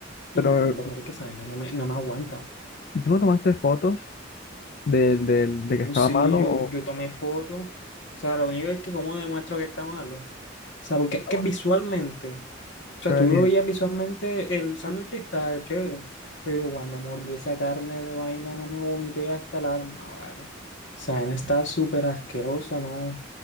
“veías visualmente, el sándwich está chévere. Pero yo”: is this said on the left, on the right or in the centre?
Left